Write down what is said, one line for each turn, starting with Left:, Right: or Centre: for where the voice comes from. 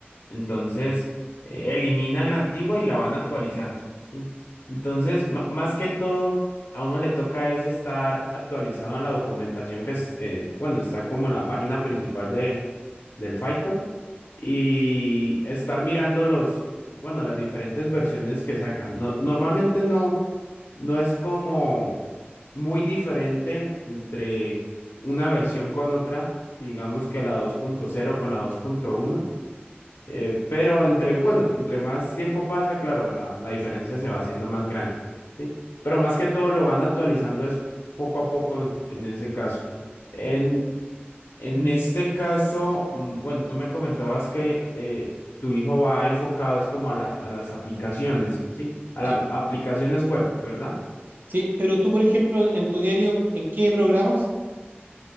Left: Entonces, eh, eliminan la antigua y la van actualizando. ¿sí? Entonces, ma- más que todo a uno le toca es estar actualizado en la documentación que es, eh, bueno, está como en la página principal de, del Python y estar mirando los, bueno, las diferentes versiones que sacan. No- normalmente no, no es como muy diferente entre una versión con otra, digamos que la dos punto cero con la dos punto uno eh, pero entre, bueno, entre más tiempo pasa, claro, la, la diferencia se va haciendo más grande, ¿sí? Pero más que todo lo van actualizando es poco a poco en ese caso. En, en este caso, mm, bueno, tú me comentabas que eh, tu hijo va enfocado es como a la- a las aplicaciones, ¿sí? A las
Right: Sí,
Left: aplicaciones web, ¿verdad?
Right: Sí, pero tú, por ejemplo, en tu diario, ¿en qué programas?